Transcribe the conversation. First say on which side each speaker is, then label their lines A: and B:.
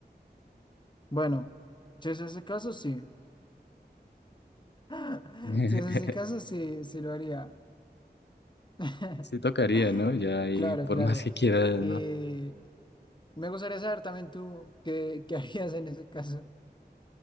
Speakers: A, on the left; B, on the left.
A: Bueno, si es ese caso, sí. <laughs>
B: <laughs>
A: Si es ese caso, sí, sí lo haría. <laughs>
B: Sí tocaría, ¿no? Ya ahí,
A: Claro,
B: por
A: claro.
B: más que quieras,
A: Eh,
B: ¿no?
A: me gustaría saber también tú qué, qué <laughs> harías en ese caso.